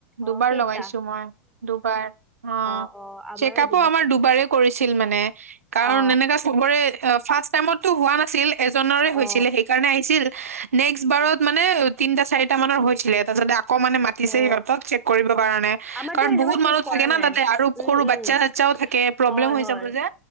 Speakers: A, on the right; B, in the centre.
A: দুবাৰ
B: অ কেইটা
A: লগাইছো মই দুবাৰ অহ,
B: অ অ আমাৰো
A: ছেকাব আমাৰ দুবাৰে। কৰিছিল মানে কাৰণ
B: অ
A: এনেকা চবৰে অহ ফাৰ্ষ্ট টাইমততো হোৱা নাছিল। এজনৰে হৈছিলে
B: অ
A: সেইকাৰণে আহিছিল নেক্সট বাৰত মানে তিনিটা চাৰিটা মানৰ হৈছিলে। তাৰপাছতে আকৌ মানে মাতিছে
B: অ
A: সিহঁতক চেক কৰিবৰ কাৰণে। হে
B: আমাৰতো
A: কাৰণ
B: এনেকুৱা
A: বহুত
B: চেক
A: মানুহ
B: কৰা
A: থাকে না
B: নাই
A: তাতে আৰু
B: উম
A: সৰু
B: উম
A: বাচ্ছা চচ্ছাও থাকে প্ৰব্লেম
B: হয়
A: হৈ
B: হয়
A: যাব যে।